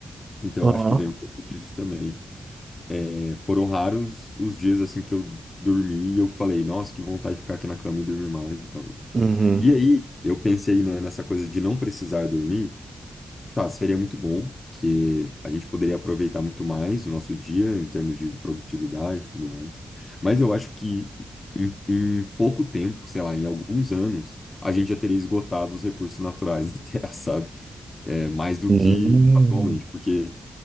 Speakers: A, on the left; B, on the right.
A: Então,
B: Aham.
A: eu acho que vem um pouco disso também. É, foram raros os dias assim que eu dormi e eu falei, nossa, que vontade de ficar aqui na cama e dormir mais e tal. enfim.
B: Uhum.
A: E aí eu pensei, né, nessa coisa de não precisar dormir. Tá, seria muito bom, porque a gente poderia aproveitar muito mais o nosso dia em termos de produtividade e tudo mais. Mas eu acho que em, em pouco tempo, sei lá, em alguns anos, a gente já teria esgotado os recursos naturais da Terra, <laughs> sabe? É, mais do
B: Uhum.
A: que atualmente, porque